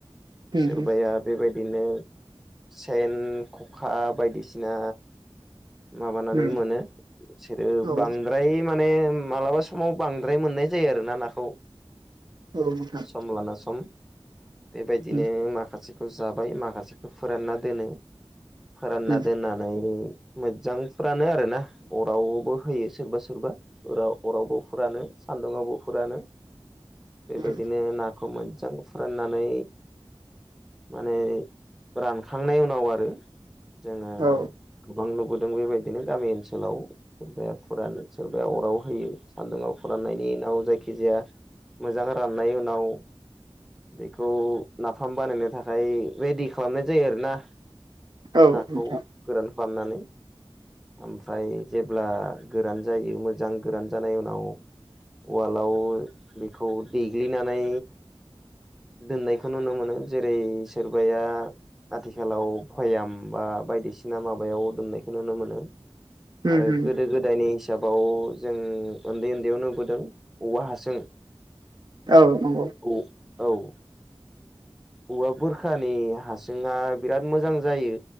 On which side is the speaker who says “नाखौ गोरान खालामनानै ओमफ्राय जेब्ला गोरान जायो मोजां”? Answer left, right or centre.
Centre